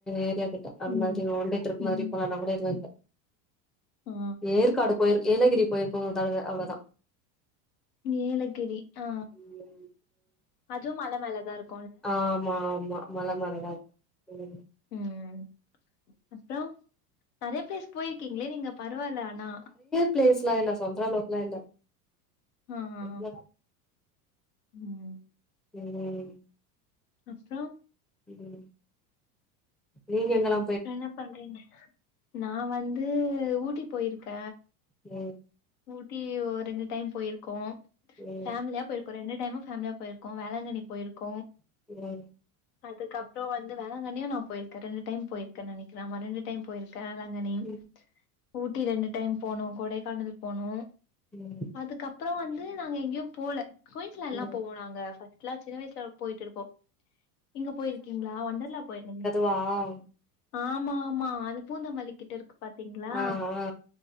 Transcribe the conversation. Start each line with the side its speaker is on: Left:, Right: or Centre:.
Centre: ஏரியா கிட்ட அந்த
Left: ம்
Centre: மாறி ஒன் டே ட்ரிப்
Left: ம்
Centre: மாதிரி போன் நானா கூட எதுவும் இல்ல
Left: ஆ
Centre: ஏற்காடு போய்ரு ஏலகிரி போய்ருக்கு ஒரு தடவ அவ்வளவுதா
Left: நீலகிரி ஆ
Centre: ம்
Left: அதுவும் மலமேல தா இருக்கு
Centre: ஆ ஆமா ஆமா மல மேல தா இருக்கும் உம்
Left: உம் அப்புறம் நிறைய பிளேஸ் போயிருக்கீங்களே நீங்க பரவல ஆனா
Centre: பிளேஸ் எல்லா இல்ல சொல்ற அளவுக்குலா இல்ல
Left: ஆ அ
Centre: அவ்ளோதா
Left: உம்
Centre: உம்
Left: அப்புறம்
Centre: உம் நீங்க எங்களா
Left: என்ன பண்றேங்க நா வந்து ஊட்டி போயிருக்க
Centre: ம்
Left: ஊட்டி ஓர் ரெண்டு டைம் போயிருக்கோம்
Centre: ம்
Left: ஃபேமிலியா போயிருக்கோம் ரெண்டு டைம் ஃபேமிலியா போயிருக்கோம் வேளாங்கண்ணி போயிருக்கோம்
Centre: ம்
Left: அதுக்கப்புறம் வந்து வேளாங்கண்ணியே நா போயிருக்கே ரெண்டு டைம் போயிருக்கே நினைக்கிற ஆமா ரெண்டு டைம் போயிருக் க வேளாங்கண்ணி
Centre: ம்
Left: ஊட்டி ரெண்டு டைம் போனோ கொடைக்கானல் போனோ
Centre: உம்
Left: அதுக்கப்புறம் வந்து நாங்க எங்கேயும் போல குயின்ஸ்லேண்ட் எல்லா
Centre: ம்
Left: போவோம் நாங்க சின்ன வயசுல போயிட்டு இருப்போம் இங்க போயிருக்கீங்களா வண்டர்லா போயிருந்தீங்களா
Centre: வாவ்
Left: ஆமா ஆமா அது பூந்தமல்லிக்கிட்ட இருக்கு பாத்தீங்களா
Centre: ஆ ஆ ஆ